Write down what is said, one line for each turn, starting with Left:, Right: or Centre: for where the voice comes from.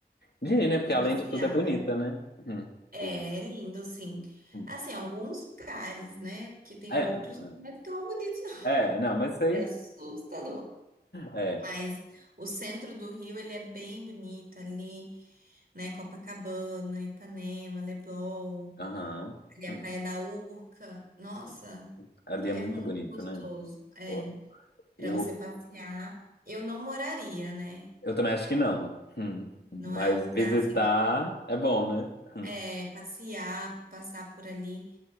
Left: de ir, né? Porque
Right: de
Left: além
Right: passear.
Left: de tudo é bonita, né? Hum.
Right: É,
Left: Tipo,
Right: é lindo, sim.
Left: hum.
Right: Assim, alguns lugares, né? Porque tem
Left: É,
Right: outros
Left: não.
Right: que não é tão bonitos, não.
Left: É,
Right: <laughs>
Left: É, não, mas isso aí.
Right: É assustador.
Left: É.
Right: Mas o centro do Rio, ele é bem bonito ali, né? Copacabana, Ipanema, Leblon,
Left: Aham.
Right: ali a
Left: Hum,
Right: Praia da Urca. Nossa,
Left: sim. Ali
Right: é
Left: é muito
Right: muito
Left: bonito,
Right: gostoso.
Left: né?
Right: É,
Left: Ó,
Right: para
Left: Eu,
Right: você passear. Eu não moraria, né?
Left: Eu também acho que não. Hum. Mas
Right: Não é um lugar
Left: visitar
Right: assim que
Left: é bom, né? Hum.
Right: é passear, passar por ali